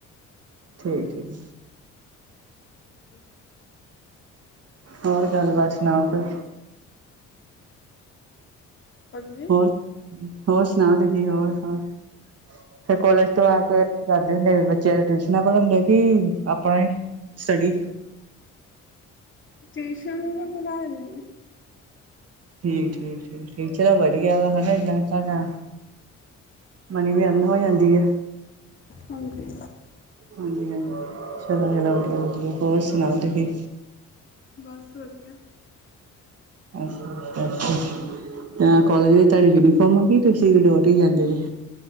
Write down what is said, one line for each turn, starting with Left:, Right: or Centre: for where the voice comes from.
Right: ਠੀਕ-ਠੀਕ।
Left: <unintelligible>
Right: ਹੋਰ ਗੱਲਬਾਤ ਸੁਨਾਓ ਕੋਈ।
Left: ਹਾਂਜੀ
Right: ਹੋਰ, ਹੋਰ ਸੁਨਾਓ ਤੁਸੀਂ ਹੋਰ ਹੋਰ ਫ਼ਿਰ ਕੋਲੇਜ ਤੋਂ ਆ ਕੇ ਕੀ ਕਰਦੇ ਹੁੰਦੇ ਫੇਰ ਬੱਚੇਆਂ ਨੂੰ ਟਿਊਸ਼ਨਾਂ ਪੜ੍ਹਾਂਦੇ ਓ ਕੀ ਅਪਨਾ ਈ ਸਟੱਡੀ
Left: ਟਿਊਸ਼ਨ ਮੈਂ ਪੜ੍ਹਾ ਲੈਂਨੀ ਆਂ।
Right: ਠੀਕ, ਠੀਕ, ਠੀਕ, ਠੀਕ ਚੱਲੋ ਵਧੀਆਂ ਹੈਗਾ ਵਾ ਏਦਾਂ ਤੁਆਡਾ ਮਨੀ ਵੀ ਅਰਨ ਹੋ ਜਾਂਦੀ ਐ।
Left: ਹਾਂਜੀ।
Right: ਹਾਂਜੀ-ਹਾਂਜੀ, ਚੱਲੋ ਚੱਲੋ ਵਦੀਆ-ਵਦੀਆ, ਹੋਰ ਸੁਨਾਓ ਤੁਸੀਂ।
Left: ਬਸ ਵਦੀਆ।
Right: ਅੱਛਾ-ਅੱਛਾ-ਅੱਛਾ। ਮੈਂ ਕਿ ਕਾਲਜ ਵਿੱਚ ਤੁਹਾਡੇ ਯੂਨੀਫਾਰਮ ਆ ਕੀ ਤੁਸੀਂ ਵਿਦਆਊਟ ਈ ਜਾਂਦੇ ਜੇ?